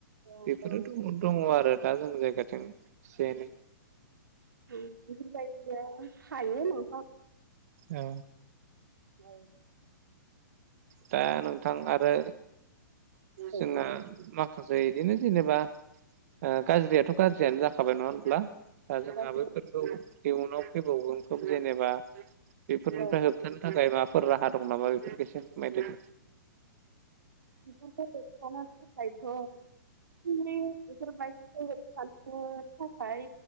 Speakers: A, on the right (about 85°); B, on the right (about 50°).
A: औ
B: बेफोरोथ'
A: औ
B: दङ आरो दा जों जायगाथिं एसे एनै
A: बेफोरबायदिया थायो नों
B: औ
A: औ
B: दा नोंथां आरो जोङा
A: औ
B: मा माखासे बिदिनो जेनेबा गाज्रियाथ' गाज्रियानो जाखाबाय नङा होनब्ला? दा जोंहा
A: गासिबो
B: बैफोरखौ इयुनाव फैबावगोनखौ जेनेबा बेफोरनिफ्राय
A: औ
B: होबथानो थाखाय माबाफोर राहा दं नामा बेफोरफोरखौसो फोरमायदों।
A: बिफोरखौ होबथानो थाखायथ न बेफोरबायदिखौ होबथानो थाखाय